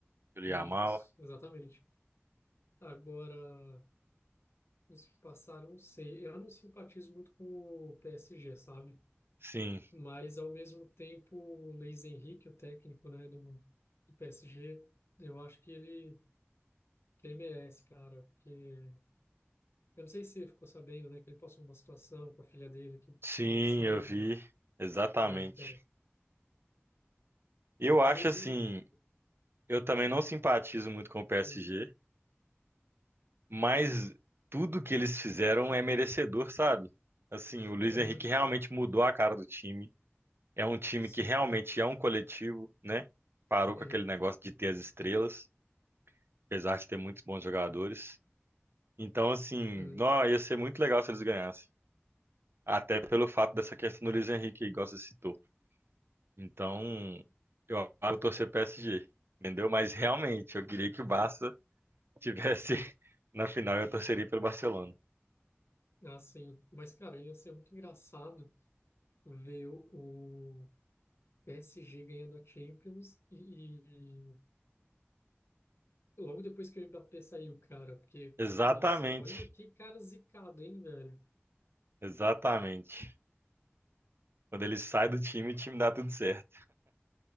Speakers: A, on the right; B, on the left.
A: pelo
B: isso,
A: Yamal.
B: exatamente. Agora, os que passaram, não sei. Eu não simpatizo muito com o PSG, sabe?
A: Sim,
B: Mas, ao mesmo tempo, o Luiz Henrique, o técnico, né, do, do PSG, eu acho que ele, que ele merece, cara. Porque eu não sei se você ficou sabendo, né, que ele passou uma situação com a filha dele que
A: sim,
B: faleceu.
A: eu vi.
B: E,
A: Exatamente.
B: é, então,
A: Eu
B: talvez
A: acho
B: ele
A: assim,
B: mereça.
A: eu também não simpatizo muito com o PSG.
B: Uhum,
A: mas tudo que eles fizeram é merecedor, sabe? Assim, o Luiz
B: uhum,
A: Henrique realmente mudou a cara do time. É um time
B: sim.
A: que realmente é um coletivo, né? Parou
B: Uhum,
A: com aquele negócio de ter as estrelas, apesar de ter muitos bons jogadores. Então, assim,
B: uhum,
A: nó, ia ser muito legal se eles ganhassem. Até pelo fato dessa questão do Luiz Henrique, igual você citou. Então, eu acho que eu vou torcer PSG, entendeu? Mas realmente, eu queria que o
B: sim.
A: Barça tivesse <laughs> na final, eu torceria pelo Barcelona.
B: Ah, sim. Mas, cara, ia ser muito engraçado ver o, o PSG ganhando a Champions e, Logo depois que o Mbappé saiu, cara, porque,
A: Exatamente.
B: nossa, olha que cara zicado, hein, velho?
A: Exatamente. Quando ele sai do time, o time dá tudo certo.